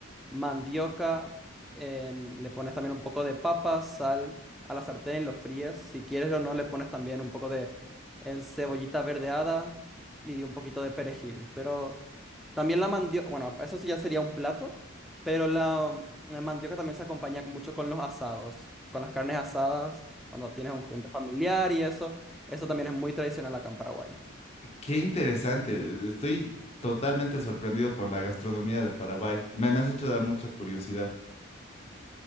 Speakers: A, in the centre; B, on the left.
A: mandioca, en- le pones también un poco de papa, sal a la sartén y lo fríes. Si quieres o no, le pones también un poco de en cebollita verdeada y un poquito de perejil. Pero también la mandioca, bueno, eso sí ya sería un plato, pero la, la mandioca también se acompaña mucho con los asados, con las carnes asadas, cuando tienes un junta familiar y eso. Eso también es muy tradicional acá en Paraguay. <laughs>
B: Qué interesante. Estoy totalmente sorprendido por la gastronomía de Paraguay. Me, me has hecho dar mucha curiosidad.